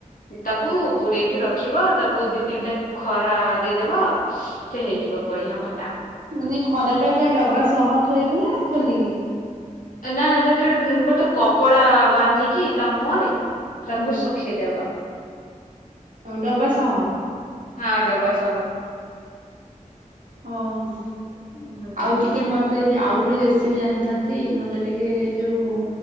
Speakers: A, on the left; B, on the right.
A: ତାକୁ ବୁଡେଇକି ରଖିବ, ତାକୁ ଦି ତିନିଟା ଖରା ଦେଇଦବ। ସେ ହେଇଯିବ, ବଢିଆ ଖଟା!
B: ମାନେ ଖରା ଟା ପୁରା ଡବା ସହ ଥୋଇବୁନା ଖୋଲିକି?
A: ନାଁ, ନାଁ ସେଥିରେ ଗୋଟେ କପଡା ବାନ୍ଧିକି, ତା, ମୁହଁରେ ତାକୁ
B: ହଁ
A: ଶୁଖେଇ ଦେବା।
B: ଡବା ସହ।
A: ହଁ, ଡବାସହ।
B: ଓହୋ,
A: ହୁଁ
B: ଆଉ ଟିକେମତେ ଆଉ ଗୁଟେ ରେସିପି ଜାଣିଥାନ୍ତି, ମତେ ଟିକେ ଯୋଉଁ